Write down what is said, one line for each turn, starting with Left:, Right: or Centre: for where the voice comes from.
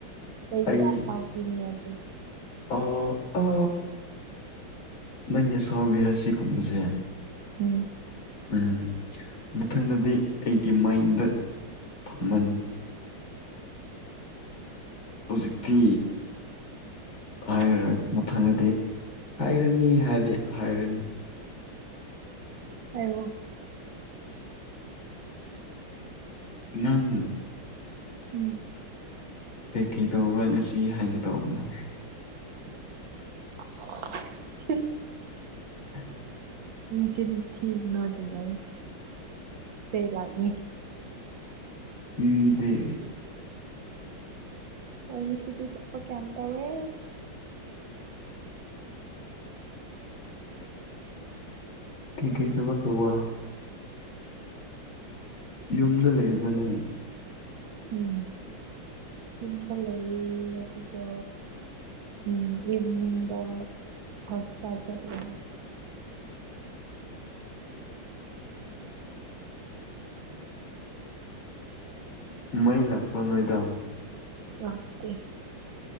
Right: ꯑꯩꯒꯤ
Left: ꯑꯩ
Right: ꯑꯁꯥꯎꯕꯤꯅꯤ ꯑꯗꯨ
Left: ꯑꯣ ꯑꯣ ꯅꯪꯒꯤ ꯁꯥꯎꯕꯤꯔ ꯁꯤꯒꯨꯝꯕꯁꯦ
Right: ꯎꯝ
Left: ꯎꯝ ꯃꯊꯪꯗꯗꯤ ꯑꯩꯒꯤ ꯃꯥꯏꯟꯗ ꯊꯝꯃꯅꯤ ꯍꯧꯖꯤꯛꯇꯤ
Right: ꯎꯝ
Left: ꯍꯥꯏꯔꯔꯣꯏ ꯃꯊꯪꯗꯗꯤ ꯍꯥꯏꯔꯅꯤ ꯍꯥꯏꯔꯗꯤ ꯍꯥꯏꯔꯅꯤ
Right: ꯍꯥꯏꯋꯣ
Left: ꯅꯪ
Right: ꯎꯝ
Left: ꯀꯩꯀꯩ ꯇꯧꯕ꯭ꯔꯥ ꯉꯁꯤ ꯍꯥꯏꯒꯦ ꯇꯧꯕꯅꯦ
Right: <inaudible>
Left: <unintelligible>
Right: ꯆꯤꯟ ꯊꯤꯒꯅꯣ ꯑꯗꯨꯃꯥꯏꯅ ꯆꯩ ꯂꯥꯛꯅꯤ
Left: ꯊꯤꯗꯦ
Right: ꯑꯩ ꯉꯁꯤꯗꯤ ꯊꯕꯛ ꯌꯝ ꯇꯧꯋꯦ
Left: ꯀꯩ ꯀꯩ ꯊꯕꯛ ꯇꯧꯕ ꯌꯨꯝꯗ ꯂꯩꯕꯔꯥ ꯅꯪ
Right: ꯎꯝ ꯌꯨꯝꯗ ꯂꯩꯌꯦ ꯑꯗꯨꯒ ꯎꯝ ꯏꯚꯅꯤꯡꯗ ꯍꯣꯁꯇꯥꯜ ꯆꯠꯂꯦ
Left: ꯃꯩ ꯂꯥꯛꯄ꯭ꯔ ꯅꯣꯏꯗꯣ
Right: ꯂꯥꯛꯇꯦ